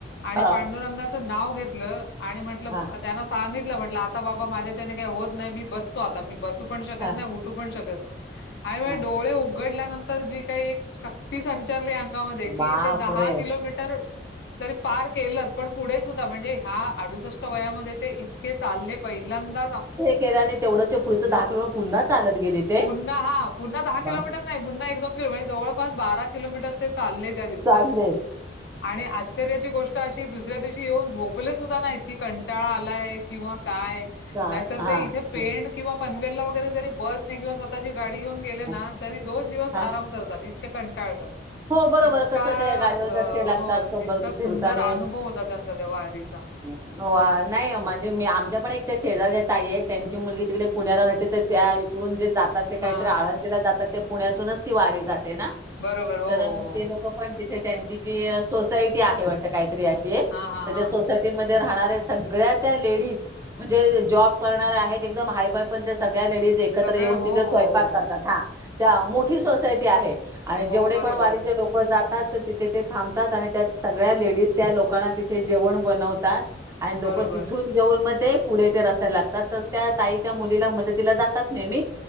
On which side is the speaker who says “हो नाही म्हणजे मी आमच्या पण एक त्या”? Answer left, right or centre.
Right